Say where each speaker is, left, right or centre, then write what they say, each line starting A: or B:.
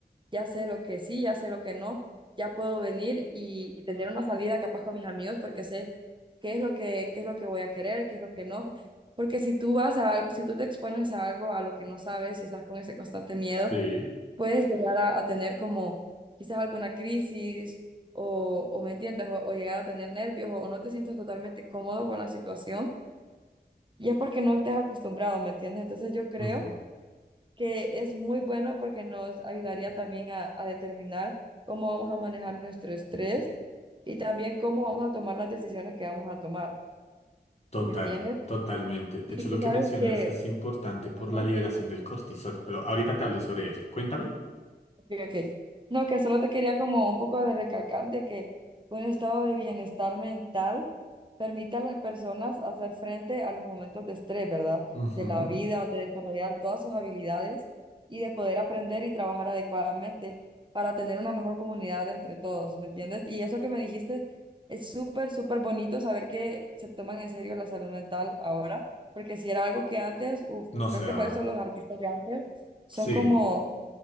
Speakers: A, on the right; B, on the left.
A: ya sé lo que sí, ya sé lo que no, ya puedo venir y, y tener una salida capaz con mis amigos porque sé qué es lo que, qué es lo que voy a querer, qué es lo que no. Porque si tú vas a, al- si tú te expones a algo a lo que no sabes y estás con ese constante miedo,
B: sí,
A: puedes llegar a, a tener como quizás alguna crisis o, o me entiendes, o, o llegar a tener nervios o, o no te sientes totalmente cómodo con la situación y es porque no te has acostumbrado, ¿me entiendes? Entonces yo creo
B: ujú,
A: que es muy bueno porque nos ayudaría también a, a determinar cómo vamos a manejar nuestro estrés y también cómo vamos a tomar las decisiones que vamos a tomar,
B: Total,
A: ¿me entiendes?
B: totalmente. De
A: Y
B: hecho,
A: tú
B: lo
A: sabes
B: que mencionas
A: que...
B: es importante por
A: Ajá.
B: la liberación del cortisol, pero ahorita te hablo sobre ello. Cuéntame.
A: Ok, ok. No, que solo te quería como un poco de recalcar de que un estado de bienestar mental permite a las personas hacer frente a los momentos de estrés, ¿verdad?
B: Ujú.
A: De la vida, de desarrollar todas sus habilidades y de poder aprender y trabajar adecuadamente para tener una mejor comunidad entre todos, ¿me entiendes? Y eso que me dijiste es súper, súper bonito saber que se toman en serio la salud mental ahora, porque si era algo que antes, uf,
B: No
A: creo
B: sé,
A: que por
B: Ava.
A: eso los artistas de antes son
B: Sí,
A: como